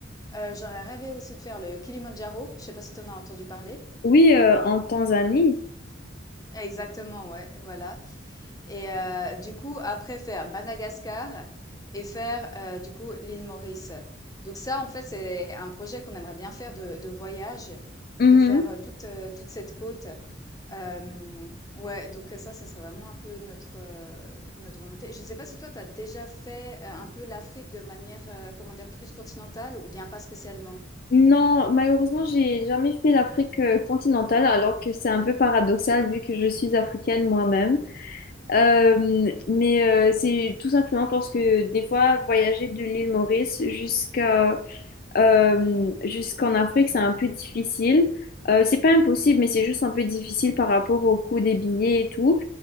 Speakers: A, on the left (about 20°); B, on the left (about 50°).
A: Heu, j'aurais rêvé aussi de faire le Kilimandjaro, je sais pas si tu en as entendu parler?
B: Oui, euh, en Tanzanie.
A: Exactement, ouais, voilà. Et heu, du coup, après faire Madagascar et faire, heu, du coup, l'île Maurice. Donc ça, en fait, c'est un projet qu'on aimerait bien faire de de voyage
B: Mhm.
A: et faire, heu, toute, heu, toute cette côte. Hem, ouais, donc heu, ça, ça serait vraiment un peu notre, heu, notre volonté. Je ne sais pas si toi, tu as déjà fait, heu, un peu l'Afrique de manière, heu, comment dire? Plus continentale ou bien pas spécialement?
B: Non, malheureusement, j'ai jamais fait l'Afrique euh, continentale, alors que c'est un peu paradoxal vu que je suis africaine moi-même. Euh, mais euh, c'est tout simplement parce que des fois, voyager de l'île Maurice jusqu'à euh, jusqu'en Afrique, c'est un peu difficile. Euh, c'est pas impossible, mais c'est juste un peu difficile par rapport au coût des billets et tout.